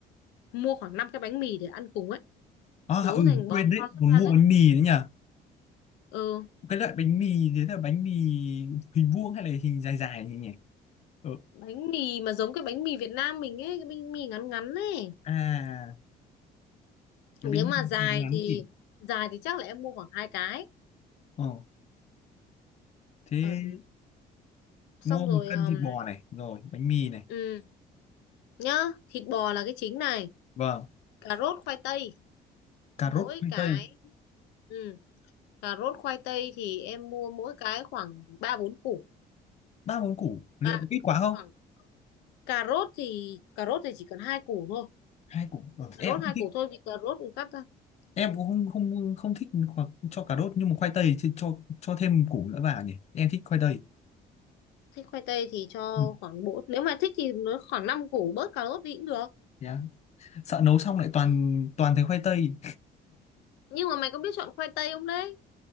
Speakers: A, on the left; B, on the left.
A: mua khoảng 5 cái bánh mì để ăn cùng ấy
B: à,
A: nấu
B: ừ
A: thành bò
B: quên đấy
A: kho sốt
B: còn
A: vang
B: mua
A: ấy
B: bánh mì nữa nhỉ
A: ừ
B: cái loại bánh mì thế là bánh mì hình vuông hay là hình dài dài nhỉ nhỉ ờ.
A: bánh mì mà giống cái bánh mì Việt Nam mình ấy cái bánh mì ngắn ngắn ấy
B: à cái
A: nếu
B: bánh
A: mà
B: mì
A: dài
B: ngắn ngắn
A: thì
B: gì
A: dài thì chắc là em mua khoảng hai cái
B: ờ thế
A: Ờ, xong
B: mua một
A: rồi
B: cân
A: um,
B: thịt bò này rồi bánh mì này
A: ừ, nhá thịt bò là cái chính này
B: vâng
A: cà rốt khoai tây
B: cà
A: mỗi
B: rốt khoai
A: cái
B: tây
A: ừ, cà rốt khoai tây thì em mua mỗi cái khoảng ba bốn củ
B: ba món củ liệu
A: à,
B: có ít quá không
A: khoảng cà rốt thì cà rốt thì chỉ cần hai củ thôi
B: hai củ ờ,
A: cà
B: em
A: rốt
B: không
A: hai
B: thích
A: củ thôi vì cà rốt cũng cắt
B: em cũng không không không thích hoặc cho cà rốt nhưng mà khoai tây thì cho cho thêm củ nữa vào nhỉ em thích khoai tây
A: thích khoai tây thì cho
B: ừ.
A: khoảng bốn nếu mà thích thì nó khoảng 5 củ bớt cà rốt đi cũng được
B: yeah. sợ nấu xong lại toàn
A: Ừ.
B: toàn thấy khoai tây
A: nhưng mà mày có biết chọn khoai tây không đấy